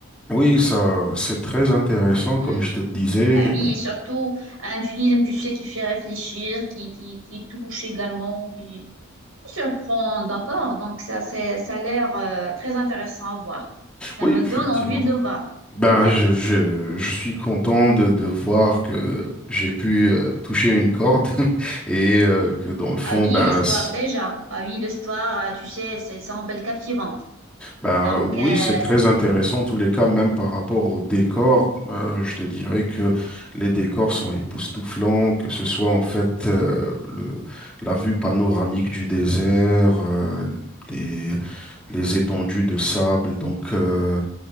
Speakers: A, in the centre; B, on the right (about 75°).
A: oui, ça, c'est très intéressant,
B: Hmm.
A: comme je te le disais.
B: Ah oui, et surtout un film, tu sais, qui fait réfléchir, qui, qui, qui touche également, qui, qui surprend, d'accord? Donc, ça, c'est, ça a l'air euh, très intéressant à voir. Ça
A: Oui,
B: me
A: effectivement.
B: donne envie de le voir,
A: Ben,
B: en fait.
A: je, je, je suis content de, de voir que j'ai pu euh, toucher une corde <laughs> et euh, que dans le fond,
B: Ah oui,
A: ben,
B: l'histoire
A: c-
B: déjà. Ah oui, l'histoire, euh, tu sais, ça semble captivante.
A: ben
B: Donc,
A: oui,
B: euh,
A: c'est très intéressant en tous les cas, même par rapport au décor. euh, je te dirais que les décors sont époustouflants, que ce soit en fait euh, le, la vue panoramique du désert, euh, les, les étendues de sable. Donc, euh,